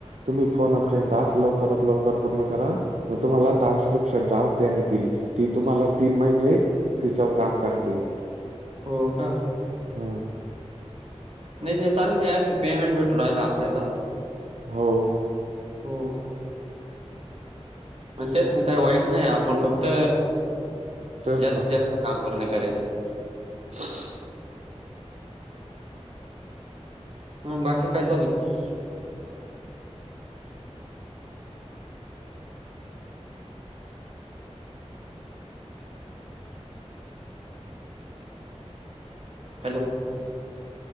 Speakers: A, on the right; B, on the right.
A: तुम्ही फोन अफ्रें तास लवकरात लवकर पूर्ण करा मग तुम्हाला
B: हा
A: ट्रान्स्क्रिप्शन तास तील ती तुम्हाला तीन महिने तिच्यावर काम करतील
B: हो का
A: हम्
B: नाही ते चांगले ऍप हे पेमेंट भेटू राहिल आपल्याला
A: हो
B: हम मण तेच का काही वाईट नाही आपण फक्त
A: तेच
B: जास्त
A: ना.
B: जास्त काम पूर्ण करायचे.
A: ह
B: ह बाकी काय चालु आहे. ह हॅलो